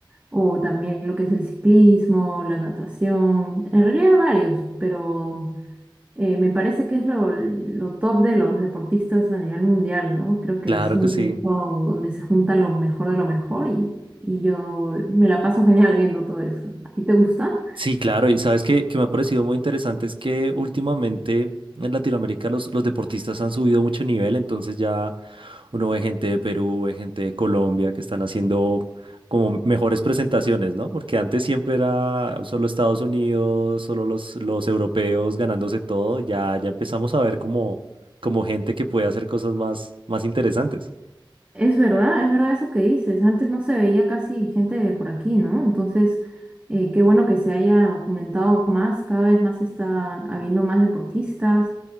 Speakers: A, on the right (about 15°); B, on the right (about 75°).
A: o también lo que es el ciclismo, la natación, en realidad varios, pero eh, me parece que es lo, lo top de los deportistas a nivel mundial, ¿no? Creo que
B: Claro
A: es un
B: que
A: evento
B: sí.
A: donde se junta lo mejor de lo mejor y, y yo me la paso genial viendo todo eso. ¿A ti te gusta?
B: Sí, claro, y sabes que, que me ha parecido muy interesante es que últimamente en Latinoamérica los, los deportistas han subido mucho nivel, entonces ya uno ve gente de Perú, ve gente de Colombia que están haciendo como mejores presentaciones, ¿no? Porque antes siempre era solo Estados Unidos, solo los, los europeos ganándose todo, ya, ya empezamos a ver como, como gente que puede hacer cosas más, más interesantes.
A: Es verdad, es verdad eso que dices. Antes no se veía casi gente de por aquí, ¿no? Entonces, eh, qué bueno que se haya fomentado más, cada vez más está habiendo más deportistas.